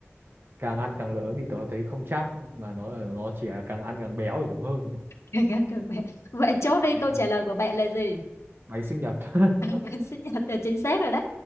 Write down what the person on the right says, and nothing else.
càng ăn càng lớn thì tớ thấy không chắc mà nó nó chỉ là càng ăn càng béo thì đúng hơn
À,
bánh sinh nhật
<laughs>